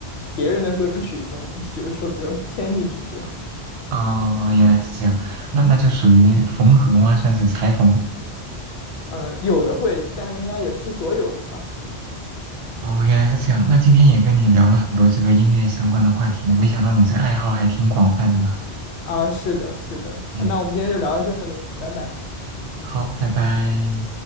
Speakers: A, on the left (about 80°); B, on the right (about 70°).
A: 别人的歌曲中，就是说比如添进去这样，
B: 啊、原来是这样，那那就属于缝合吗？算是裁缝。
A: 嗯，有的会，但应该也不是所有吧。
B: 哦，原来是这样。那今天也跟你聊了很多这个音乐相关的话题呢，没想到你这爱好还挺广泛的。
A: 啊，是的，是的，
B: 嗯，
A: 啊那我们今天就聊到这里，拜拜。
B: 好，拜拜。